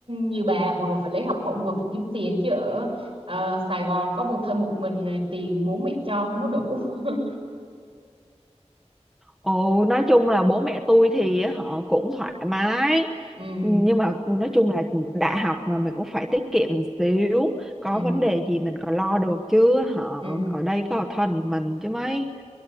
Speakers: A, on the right (about 55°); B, in the centre.
A: như bà vừa phải lấy học bổng vừa phải kiếm tiền chứ ở ờ, Sài Gòn có một thân một mình này, tiền bố mẹ cho không có đủ. <laughs>
B: ồ nói chung là bố mẹ tôi thì họ cũng thoải mái
A: Ừ,
B: nhưng mà nói chung là đại học mà mình cũng phải tiết kiệm một xíu có
A: ừ,
B: vấn đề gì mình còn lo được chứ họ
A: ừ,
B: ở đây có thần mình chứ mấy